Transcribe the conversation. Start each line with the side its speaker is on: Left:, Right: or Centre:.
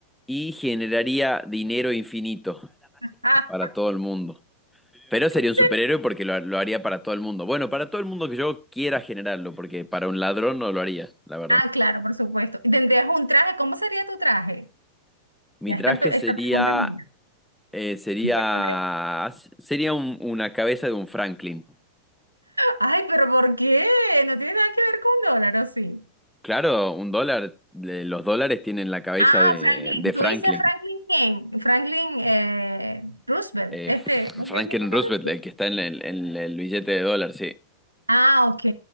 Centre: y generaría dinero infinito
Right: Ah,
Centre: para todo el mundo. Pero sería
Right: sí.
Centre: un superhéroe porque lo, lo haría para todo el mundo. Bueno, para todo el mundo que yo quiera generarlo, porque para un ladrón no lo haría, la verdad.
Right: Ah, claro, por supuesto. ¿Y ¿Tendrías un traje? ¿Cómo sería tu traje?
Centre: Mi
Right: Ya
Centre: traje
Right: esta, pe-
Centre: sería,
Right: esta pregunta es mía.
Centre: eh, sería,
Right: Verde.
Centre: sería un- una cabeza de un Franklin.
Right: Ay, pero ¿por qué? No tiene nada que ver con dólar, ¿o sí?
Centre: Claro, un dólar, le- los dólares tienen la cabeza
Right: Ah,
Centre: de,
Right: Franklin,
Centre: de Franklin.
Right: tú dices Franklin quién? Franklin eh, Roosevelt,
Centre: Eh,
Right: este, ¿es
Centre: Franklin
Right: el mismo que
Centre: Roosevelt,
Right: Roosevelt?
Centre: el que está en el, en el billete de dólar, sí.
Right: Ah, ok,